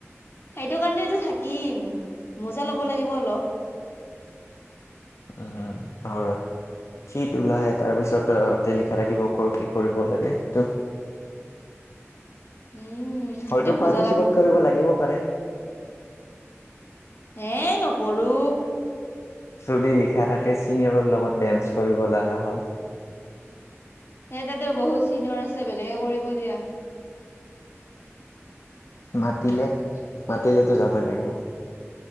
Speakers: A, on the left; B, on the left.
A: সেইটো কাৰণেটো থাকিম। মুজা ল'ব লাগিব অলপ।
B: উম, হয়, শীত ওলাই তাৰপিছতে তাতে লিখা থাকিব ক'ৰ, কি, কৰিব লাগে সেইটো।
A: উম
B: হয়তো,
A: এতিয়া মজা
B: পাৰ্টিচিপেট
A: লাগব।
B: কৰিব লাগিব পাৰে।
A: এই নকৰোঁ।
B: যদি লিখা থাকে, ছিনিয়ৰৰ লগত ডেন্স কৰিব লগা হ'ল।
A: সেই তাতে বহুত চিনিয়ৰ আছে, বেলেগে কৰিব দিয়া।
B: মাতিলে, মাতিলেতো যাবই লাগিব।